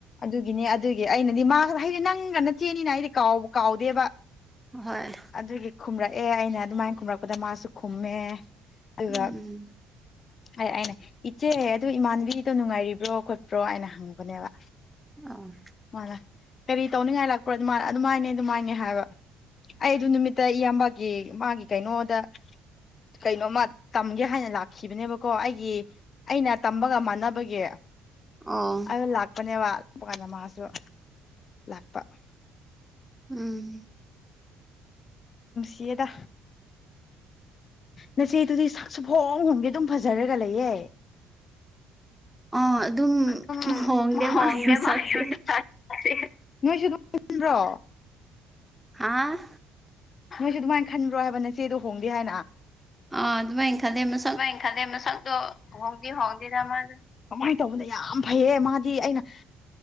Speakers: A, on the left; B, in the centre.
A: ꯑꯗꯨꯒꯤꯅꯦ ꯑꯗꯨꯒꯤ ꯑꯩꯅꯗꯤ ꯃꯥ ꯍꯥꯏꯗꯤ ꯅꯪꯒ ꯅꯆꯦꯅꯤꯅ ꯍꯥꯏꯗꯤ ꯀꯥꯎꯕ ꯀꯥꯎꯗꯦꯕ
B: ꯍꯣꯏ
A: ꯑꯗꯨꯒꯤ ꯈꯨꯝꯔꯛꯑꯦ ꯑꯩꯅ ꯑꯗꯨꯃꯥꯏꯅ ꯈꯨꯝꯔꯛꯄꯗ ꯃꯥꯁꯨ ꯈꯨꯝꯃꯦ ꯑꯗꯨꯒ
B: ꯎꯝ
A: ꯑ ꯑꯩꯅ ꯏꯆꯦ ꯑꯗꯨ ꯏꯃꯥꯟꯕꯤꯗꯣ ꯅꯨꯡꯉꯥꯏꯔꯤꯕ꯭ꯔꯣ ꯈꯣꯠꯄ꯭ꯔꯣ ꯍꯥꯏꯅ ꯍꯪꯕꯅꯦꯕ
B: ꯑ
A: ꯃꯥꯅ ꯀꯔꯤ ꯇꯧꯅꯤꯡꯉꯥꯏ ꯂꯥꯛꯄ꯭ꯔꯣ ꯑꯗꯨꯃꯅ ꯑꯗꯨꯃꯥꯏꯅꯦ ꯑꯗꯨꯃꯥꯏꯅꯦ ꯍꯥꯏꯕ ꯑꯩ ꯑꯗꯨ ꯅꯨꯃꯤꯠꯇ ꯏꯌꯥꯝꯕ ꯒꯤ ꯃꯥꯒꯤ ꯀꯩꯅꯣꯗ ꯀꯩꯅꯣꯃ ꯇꯝꯒꯦ ꯍꯥꯏꯅ ꯂꯥꯛꯈꯤꯕꯅꯦꯕ ꯀꯣ ꯑꯩꯒꯤ ꯑꯩꯅ ꯇꯝꯕꯒ ꯃꯥꯟꯅꯕꯒꯤ
B: ꯑꯣ
A: ꯑꯗꯨ ꯂꯥꯛꯄꯅꯦꯕ ꯂꯥꯛꯄꯀꯥꯟꯗ ꯃꯥꯁꯨ ꯂꯥꯛꯄ꯫ <unintelligible>
B: ꯎꯝ꯫
A: ꯅꯨꯡꯁꯤꯌꯦꯗ ꯅꯆꯦ ꯑꯗꯨꯗꯤ ꯁꯁꯨ ꯍꯣꯡ ꯍꯣꯡꯗꯦ ꯑꯗꯨꯝ ꯐꯖꯔꯒ ꯂꯩꯌꯦ
B: ꯑꯥ ꯑꯗꯨꯝ
A: <unintelligible>
B: ꯍꯣꯡꯗꯦ ꯃꯥꯒꯤ ꯃꯁꯛꯁꯦ
A: ꯅꯣꯏꯁꯨ ꯑꯗꯨꯝ ꯄꯨꯟꯕ꯭ꯔꯣ
B: ꯍꯥꯥ
A: ꯅꯣꯏꯁꯨ ꯑꯗꯨꯃꯥꯏꯅ ꯈꯟꯕ꯭ꯔꯣ ꯍꯥꯏꯕ ꯅꯆꯦꯗꯣ ꯍꯣꯡꯗꯦ ꯍꯥꯏꯅ
B: ꯑꯥ ꯑꯗꯨꯃꯥꯏꯅ ꯈꯜꯂꯦ ꯃꯥ
A: ꯃꯥꯏꯅ ꯈꯜꯂꯦ ꯃꯁꯛꯇꯣ ꯍꯣꯡꯗꯤ ꯍꯣꯡ ꯀꯃꯥꯏꯅ ꯇꯧꯕꯅꯣ ꯌꯥꯝ ꯐꯩꯌꯦ ꯃꯥꯗꯤ ꯑꯩꯅ